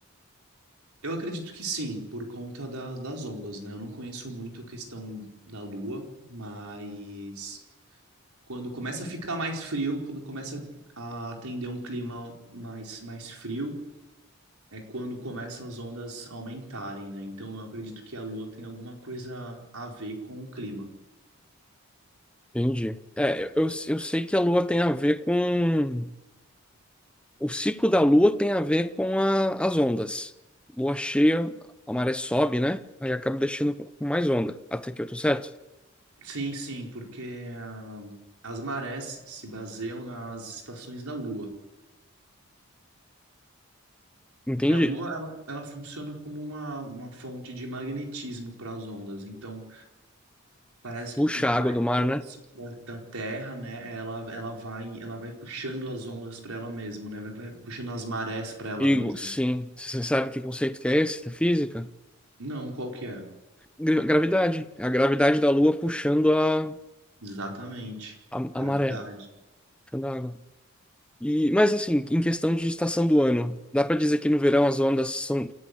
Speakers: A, on the right; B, in the centre.
A: eu acredito que sim, por conta da- das ondas, né? Eu não conheço muito a questão da Lua, mas quando começa a ficar mais frio, quando começa a atender um clima mais, mais frio, é quando começa as ondas aumentarem, né? Então eu acredito que a Lua tem alguma coisa a ver com o clima.
B: Entendi. É, eu, eu eu sei que a lua tem a ver com... O ciclo da lua tem a ver com a- as ondas. Lua cheia, a maré sobe, né? Aí acaba deixando com mais onda. Até que eu tô certo?
A: Sim, sim, porque ah, as marés se baseiam nas estações da Lua.
B: Entendi.
A: Porque a Lua, ela, ela funciona como uma, uma fonte de magnetismo para as ondas. Então, parece
B: Puxa
A: que quanto
B: a
A: mais
B: água do mar,
A: próximo
B: né?
A: da, da Terra, né, ela, ela vai, ela vai puxando as ondas para ela mesma, né? Vai, vai puxando as marés para ela
B: Igor,
A: mesma.
B: sim. Você sabe que conceito que é esse da física?
A: Não, qual que é?
B: Gra- Gravidade. É A gravidade da Lua puxando a,
A: Exatamente.
B: a,
A: Gravidade.
B: a maré, puxando a água. E, mas assim, em questão de estação do ano, dá para dizer que no verão as ondas são.